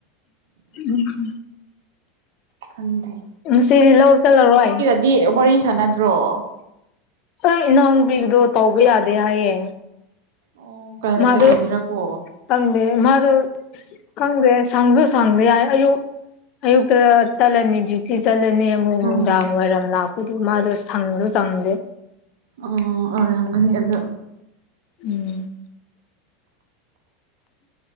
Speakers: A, on the left; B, on the right.
A: ꯎꯝ ꯎꯝꯝ
B: ꯈꯪꯗꯦ
A: ꯉꯁꯤꯗꯤ ꯂꯧ ꯆꯜꯂꯔꯣꯏ
B: ꯗꯤ ꯋꯥꯔꯤ ꯁꯥꯟꯅꯗ꯭ꯔꯣ
A: ꯑꯩ ꯏꯅꯥꯎꯅꯨꯄꯤꯒꯤꯗꯣ ꯇꯧꯕ ꯌꯥꯗꯦ ꯍꯥꯏꯌꯦ
B: ꯑꯣ ꯀꯩ
A: ꯃꯥꯗꯣ
B: ꯀꯔꯤꯒꯤꯔꯀꯣ
A: ꯈꯪꯗꯦ ꯃꯥꯗꯨ ꯈꯪꯗꯦ ꯁꯪꯁꯨ ꯁꯪꯗꯦ ꯌꯥꯏ ꯑꯌꯨꯛ ꯑꯌꯨꯛꯇ ꯆꯠꯂꯅꯤ ꯗ꯭ꯌꯨꯇꯤ ꯆꯠꯂꯅꯤ ꯑꯃꯨꯛ
B: ꯎꯝ
A: ꯅꯨꯡꯗꯥꯡ ꯋꯥꯏꯔꯝ ꯂꯥꯛ ꯑꯗꯨꯗꯤ ꯃꯥꯖꯨ ꯁꯪꯖꯨ ꯆꯪꯗꯦ
B: ꯑꯣ ꯑꯣꯏꯔꯝꯒꯅꯤ ꯑꯗꯨ
A: ꯎꯝ